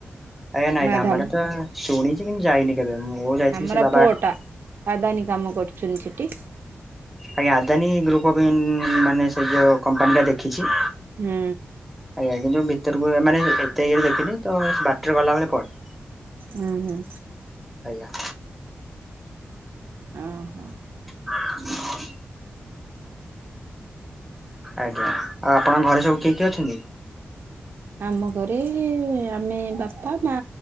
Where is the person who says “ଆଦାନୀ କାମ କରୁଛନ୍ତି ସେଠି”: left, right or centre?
Right